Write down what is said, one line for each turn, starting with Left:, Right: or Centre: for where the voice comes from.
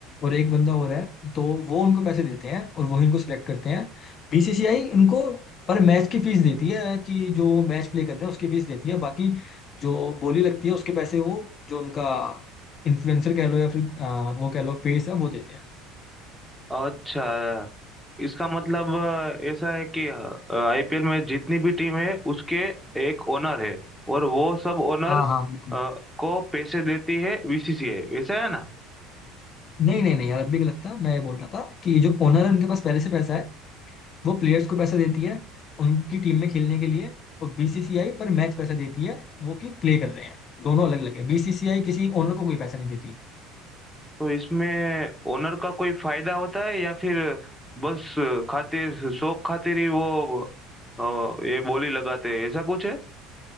Left: और एक बंदा और है तो वो उनको पैसे देते हैं और वही उनको सिलेक्ट करते हैं बीसीसीआई उनको पर मैच की फीस देती है कि जो मैच प्ले कर रहे हैं उसकी फीस देती है बाकी जो बोली लगती है उसके पैसे वो जो उनका इन्फ्लुएंसर कह लो या फिर अ, वो कह लो फेस है वो देते हैं
Centre: अच्छा इसका मतलब अ, ऐसा है कि आईपीएल में जितनी भी टीम है उसके एक ओनर है और वो सब ओनर
Left: हाँ हाँ बिल्कुल
Centre: को पैसे देती है बीसीसीआई ऐसा है ना
Left: नहीं नहीं नहीं यार अब भी गलत था मैं ये बोल रहा था कि जो ओनर है उनके पास पहले से पैसा है वो प्लेयर्स को पैसा देती है उनकी टीम में खेलने के लिए और बीसीसीआई पर मैच पैसा देती है वो कि प्ले कर रहे हैं दोनों अलग अलग है बीसीसीआई किसी ओनर को कोई पैसा नहीं देती
Centre: तो इसमें ओनर का कोई फायदा होता है या फिर बस अ, खातिर शौक खातिर ही वो अ, ये बोली लगाते हैं ऐसा कुछ है